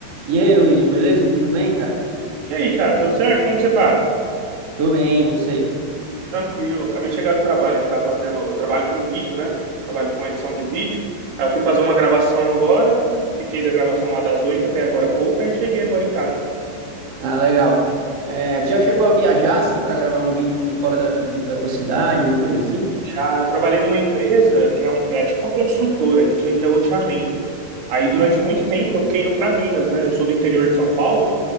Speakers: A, on the right; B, on the right.
A: E aí, William, beleza? Tudo bem, cara?
B: E aí, cara, tudo certo? Como que você tá?
A: Tô bem, e você?
B: Tranquilo, acabei de chegar do trabalho que tá fazendo. Eu trabalho com vídeo, né? Trabalho com edição de vídeo. Aí eu fui fazer uma gravação agora, fiquei da gravação lá das oito até agora há pouco, aí cheguei agora em casa.
A: Ah, legal. É, tu já chegou a viajar, assim, pra gravar um vídeo fora da, de- da tua cidade, alguma coisa assim?
B: Ah, eu trabalhei numa empresa que é, um- é tipo uma construtora, a gente vendia loteamento. Aí durante muito tempo eu fiquei indo pra Minas, né? Eu sou do interior de São Paulo,